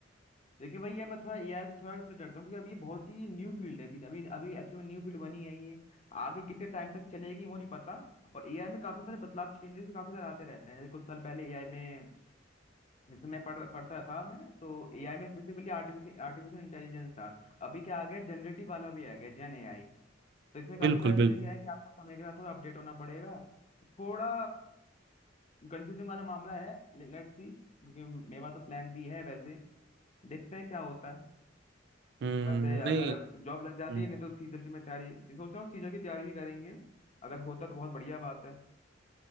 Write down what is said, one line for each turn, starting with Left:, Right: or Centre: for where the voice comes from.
Left: लेकिन भाई ये मैं थोड़ा एआई से थोड़ा इसलिए डरता हूँ क्योंकि अभी ये बहुत ही न्यू फील्ड है अभी अभी अभी एक्चुअली न्यू फील्ड बनी है ये आगे कितने टाइम तक चलेगी वो नहीं पता और एआई में काफी सारे बदलाव चेंजेस भी काफी सारे आते रहते हैं जैसे कुछ साल पहले एआई में जैसे मैं पढ़ पढ़ता था मैंने तो एआई में स्पेसिफिकली आर्टिफिशियल आर्टिफिशियल इंटेलिजेंस था अभी क्या आ गया जनरेटिव वाला भी आ गया जेन एआई तो इसमें काफी
Right: बिल्कुल
Left: सारी चीजें
Right: बिल्कुल
Left: क्या है कि आपको समय के साथ थोड़ा अपडेट होना पड़ेगा थोड़ा कंफ्यूजिंग वाला मामला है लेट्स सी क्योंकि मेरे पास तो प्लान भी है वैसे देखते हैं क्या होता है
Right: हम्म
Left: वैसे अगर
Right: नहीं
Left: जॉब लग जाती
Right: हम्म
Left: है नहीं तो सीजल की मैं तैयारी सोच रहा हूँ सीजल की तैयारी भी करेंगे अगर होता तो बहुत बढ़िया बात है